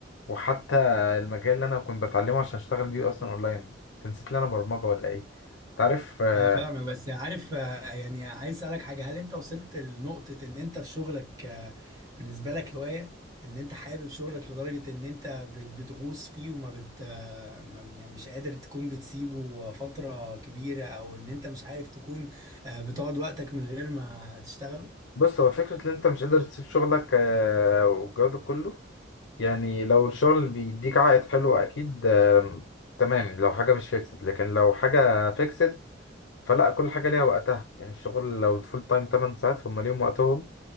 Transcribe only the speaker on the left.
وحتى المجال اللي انا كنت بتعلمه عشان اشتغل بيه اصلا اونلاين انت نسيت لي انا برمجه ولا ايه تعرف آه،
بص هو فكره ان انت مش قادر تسيب شغلك آه، والجو ده كله يعني لو الشغل بيديك عائد حلو اكيد آم، تمام لو حاجه مش فيكسد لكن لو حاجه فيكسد فلا كل حاجه ليها وقتها يعني الشغل لو فول تايم 8 ساعات فهم ليهم وقتهم